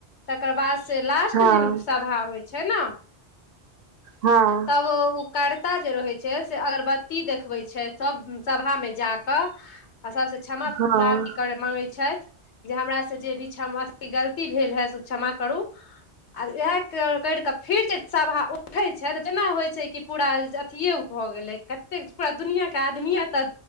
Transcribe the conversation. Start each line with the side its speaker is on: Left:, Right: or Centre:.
Left: तकर बादसँ लास्ट
Right: हँ
Left: दिन सभा होइ छै ने
Right: हँ
Left: तब ओ करता जे रहै छै से अगरबत्ती देखबै छै छथि सभ सभामे जा कऽ आ सभसँ क्षमा प्रारती
Right: हँ
Left: करय माँगै छथि जे हमरासँ जे भी क्षमा गलती भेल हे से क्षमा करू आ इएह करि कऽ फिर जे सभा उठैत छै तऽ जेना होइत छै कि पूरा अथिये भऽ गेलै कतेक पूरा दुनियाँके आदमी एतऽ